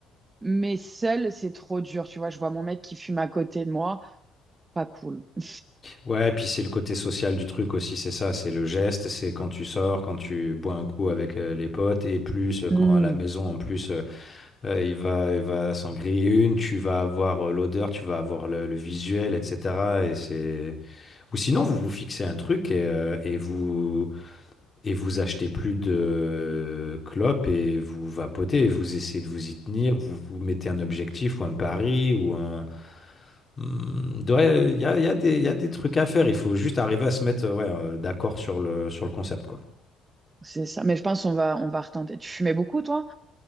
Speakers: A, on the right (about 25°); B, on the left (about 25°).
A: Mais seul, c'est trop dur. Tu vois, je vois mon mec qui fume à côté de moi. Pas cool. <laughs>
B: Ouais, puis c'est le côté social du truc aussi, c'est ça, c'est le geste, c'est quand tu sors, quand tu bois un coup avec euh, les potes, et plus euh,
A: Hmm,
B: quand à la maison en plus euh, Euh, il va, il va s'en griller une, tu vas avoir euh, l'odeur, tu vas avoir le, le visuel, etc. Et c'est... Ou sinon, vous vous fixez un truc et, euh, et vous, et vous achetez plus de clopes et vous vapotez et vous essayez de vous y tenir. Vous vous mettez un objectif ou un pari ou un... Hmm, ouais, Il y a, il y a des, il y a des trucs à faire. Il faut juste arriver à se mettre euh, ouais, euh, d'accord sur le, sur le concept, quoi.
A: c'est ça. Mais je pense qu'on va, on va retenter. Tu fumais beaucoup, toi?